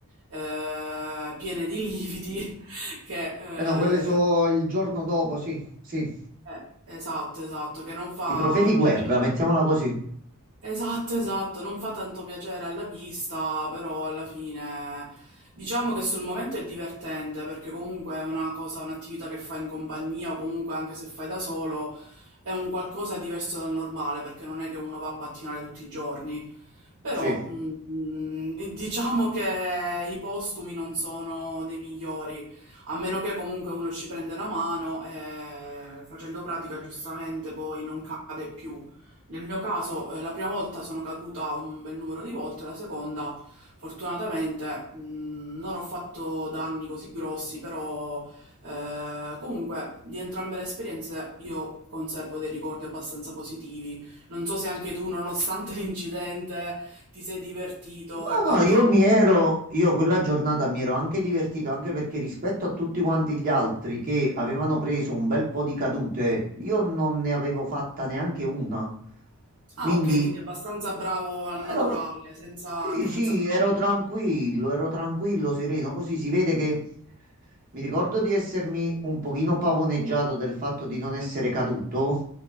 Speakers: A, on the right; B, on the right.
A: eh, piene di lividi, <laughs> che
B: Eh no, quelle so
A: eh,
B: il giorno dopo, sì, sì.
A: eh, esatto, esatto, che non fa
B: I trofei di guerra,
A: piacere.
B: mettiamola così.
A: Esatto, esatto, non fa tanto piacere alla vista, però alla fine diciamo che sul momento è divertente perché comunque è una cosa, un'attività che fai in compagnia o comunque anche se fai da solo è un qualcosa diverso dal normale perché non è che uno va a pattinare tutti i giorni. Però
B: Sì.
A: mm, mm, diciamo che i postumi non sono dei migliori, a meno che comunque uno ci prende la mano e facendo pratica giustamente poi non cade più. Nel mio caso, eh, la prima volta sono caduta un bel numero di volte, la seconda, fortunatamente, mh, non ho fatto danni così grossi, però eh, comunque di entrambe le esperienze io conservo dei ricordi abbastanza positivi. Non so se anche tu, nonostante <laughs> l'incidente, ti sei divertito
B: No,
A: e quant'altro.
B: no, io mi ero, io quella giornata mi ero anche divertito, anche perché rispetto a tutti quanti gli altri che avevano preso un bel po' di cadute, io non ne avevo fatta neanche una.
A: Ah,
B: Quindi
A: ok, quindi abbastanza bravo al naturale,
B: ero,
A: senza-
B: sì,
A: anche
B: sì,
A: senza bravo.
B: ero tranquillo, ero tranquillo, sereno. Così si vede che mi ricordo di essermi un pochino pavoneggiato del fatto di non essere caduto.